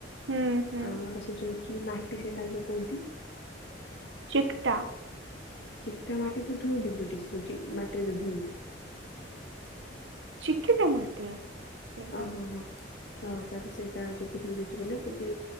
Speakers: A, on the right; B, on the left.
A: ହୁଁ ହୁଁ
B: ଆମର ସେଠି କି ମାଟି ସେଟାକୁ ଯୋ କୁହନ୍ତି?
A: ଚିକଟା।
B: ଚିକଟା ମାଟି ତ ଧୁଅନ୍ତି ଯୋଉଠି ସୁଜି ମାଟିରେ ଯୋଉ ଧିଅନ୍ତି।।
A: ଚିକିଟା ମାଟି? ସେଇଟା
B: ଓହୋ ହୋ ତ ତାପରେ ସେଇଟା <unintelligible> ଯଦି ଆପଣଙ୍କ ନାମ ହଉଚି ବୋଲେ ଯଦି